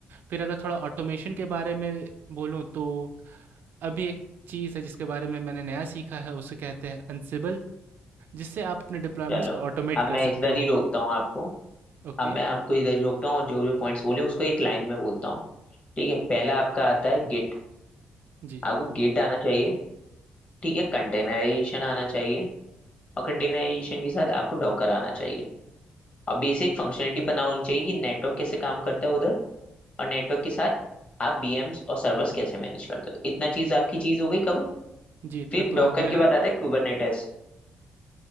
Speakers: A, on the right (about 70°); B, on the left (about 35°).
A: फिर अगर थोड़ा ऑटोमेशन के बारे में बोलूँ तो अभी एक चीज़ है जिसके बारे में मैंने नया सीखा है उसे कहते हैं अनसिबल जिससे आप अपने डिप्लॉयमेंट्स
B: चलो
A: को ऑटोमेट
B: अब मैं
A: कर
B: इधर
A: सकते हो।
B: ही रोकता हूँ आपको
A: ओके,
B: अब मैं आपको इधर ही रोकता हूँ और जो जो पॉइंट्स बोले उसको एक लाइन में बोलता हूँ ठीक है पहला आपका आता है गिट
A: जी।
B: आपको गिट आना चाहिए ठीक है कंटेनराइजेशन आना चाहिए और कंटेनराइजेशन के साथ आपको डॉकर आना चाहिए और बेसिक फंक्शनलिटी पता होनी चाहिए कि नेटवर्क कैसे काम करता है उधर और नेटवर्क के साथ आप VMs और सर्वर्स कैसे मैनेज करते हो इतना चीज आपकी चीज हो गई कवर
A: जी, इतना
B: फिर
A: तो
B: डॉकर
A: हो गया
B: के
A: है।
B: बाद आता है कुबरनेटिस